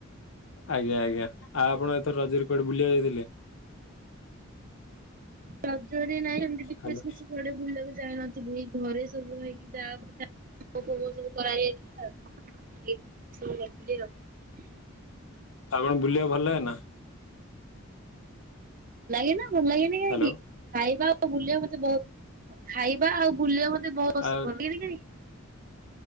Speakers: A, on the left; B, on the right.
A: ଆଜ୍ଞା ଆଜ୍ଞା ଆଉ ଆପଣ ଏଥର ରଜରେ କୁଆଡେ ବୁଲିବାକୁ ଯାଇଥିଲେ?
B: ରଜରେ ନାହି। ବିଶେଷ
A: ହାଲୋ
B: କିଛି କୁଆଡେ ବୁଲିବାକୁ ଯାଇନଥିଲି ଏଇ ଘରେ ସବୁ ହେଇକି ଯାହା ପିଠା। ମୋ ପୁଅ ସବୁ କରାଇଯାଇଥିଲା ଆଉ ସବୁ କରିଥିଲି ଆଉ।
A: ଆଉ କଣ ବୁଲିବାକୁ ଭଲ ଲାଗେ ନା?
B: ଭଲ ଲାଗେ ନା ଭଲ ଲାଗେନି କାହିଁକି
A: ହାଲୋ
B: ଖାଇବା ଆଉ ବୁଲିବା ମତେ ବହୁ ଖାଇବା ଆଉ ବୁଲିବା ମତେ ବହୁତ
A: ଆଉ
B: ପସନ୍ଦ ଭଲ ଲାଗେନି କାହିଁକି।